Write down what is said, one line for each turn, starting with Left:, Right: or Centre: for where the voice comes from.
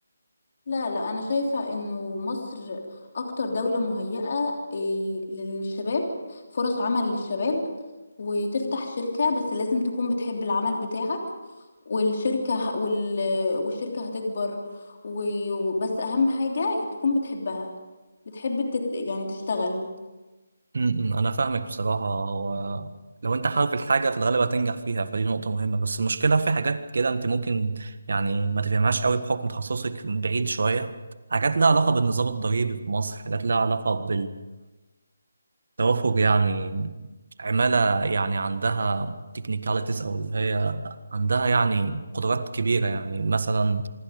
Left: لا لا انا شايفة انه مصر اكتر دولة مهيئة إيه، للشباب فرص عمل للشباب وتفتح شركة بس لازم تكون بتحب العمل بتاعك والشركة ه- وال... والشركة هتكبر و... بس اهم حاجة تكون بتحبها بتحب التت... يعني تشتغل
Right: م- م- انا فاهمك بصراحة هو لو انت حابب الحاجة في الغالب هتنجح فيها فدي نقطة مهمة بس المشكلة في حاجات كده انت ممكن يعني ما تفهمهاش قوي بحكم تخصصك بعيد شوية حاجات لها علاقة بالنظام الضريبي في مصر حاجات لها علاقة توافق يعني عمالة يعني عندها تكنيكاليتيز أو اللي هي عندها يعني قدرات كبيرة يعني مثلا